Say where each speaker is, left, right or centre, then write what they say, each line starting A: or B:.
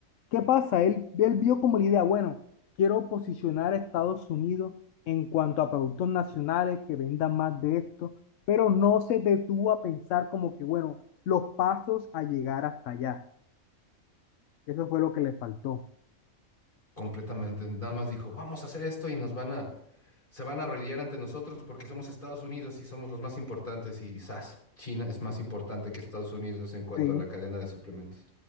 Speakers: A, on the left; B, on the left.
A: ¿Qué pasa? Él, él vio como la idea, bueno, quiero posicionar a Estados Unidos en cuanto a productos nacionales que vendan más de esto, pero no se detuvo a pensar como que, bueno, los pasos a llegar hasta allá. Eso fue lo que le faltó.
B: Completamente, nada más dijo, vamos a hacer esto y nos van a, se van a arrodillar ante nosotros porque somos Estados Unidos y somos los más importantes y ¡zas! China es más importante que Estados Unidos en cuanto
A: sí.
B: a la cadena de suplementos.